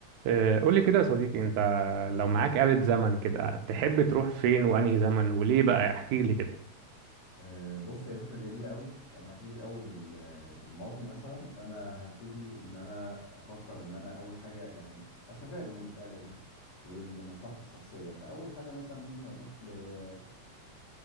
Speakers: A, on the right; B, on the left.
A: آه، قول لي كده يا صديقي انت لو معاك آلة زمن كده تحب تروح فين وانهي زمن وليه بقى احكي لي كده
B: آه، بص هي فكرة جميلة قوي يعني هبتدي الأول بال- بالماضي مثلا أنا هبتدي إن أنا أفكر إن أنا أول حاجة يعني أستفاد من الآلة دي ل- لمصلحتي الشخصية فأول حاجة مثلا ممكن أروح للوقت